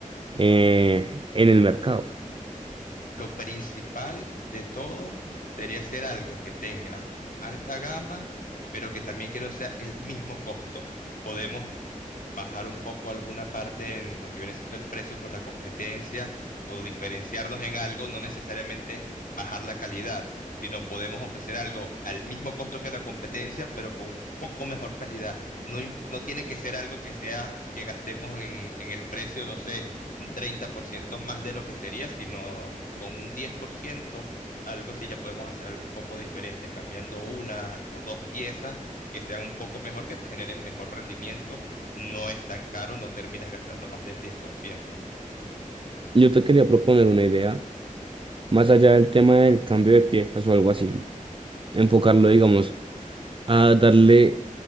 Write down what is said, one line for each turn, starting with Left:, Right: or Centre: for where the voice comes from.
Right: eh, en el mercado?
Left: Lo principal de todo sería hacer algo que tenga alta gama, pero que también que no sea el mismo costo. Podemos bajar un poco alguna parte en lo que viene siendo el precio con la competencia o diferenciarnos en algo, no necesariamente bajar la calidad, sino podemos ofrecer algo al mismo costo que la competencia, pero con un poco mejor calidad. No, im- no tiene que ser algo que sea que gastemos en, en el precio, no sé, un 30% más de lo que sería, sino con un 10% algo así, ya podemos hacer algo un poco diferente, cambiando una o dos piezas que sean un poco mejor, que te generen mejor rendimiento no es tan caro, no terminas gastando más del 10%.
Right: Yo te quería proponer una idea, más allá del tema del cambio de piezas o algo así. enfocarlo, digamos, a darle